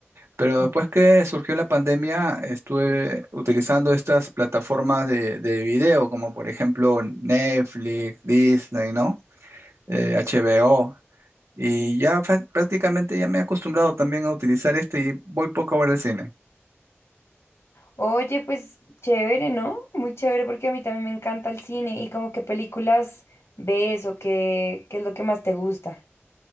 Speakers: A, on the right; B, on the left.
A: Pero
B: sí.
A: después que surgió la pandemia, estuve utilizando estas plataformas de, de video, como por ejemplo Netflix, Disney, ¿no? Eh, HBO. Y ya fa- prácticamente ya me he acostumbrado también a utilizar este y voy poco a ver el cine.
B: Oye, pues chévere, ¿no? Muy chévere porque a mí también me encanta el cine y como qué películas ves o qué, qué es lo que más te gusta.